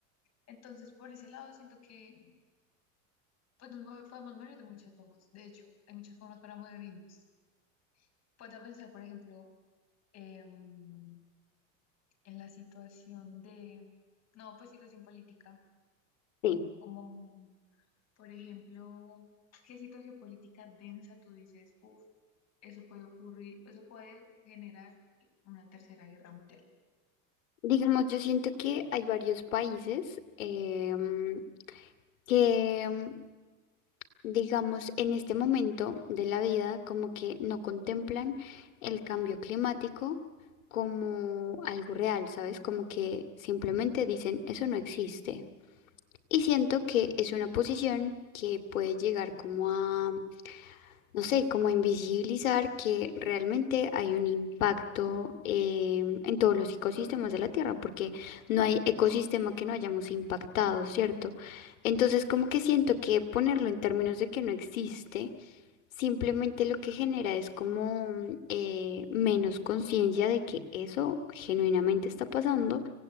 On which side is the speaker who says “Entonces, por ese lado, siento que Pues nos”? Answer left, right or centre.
Left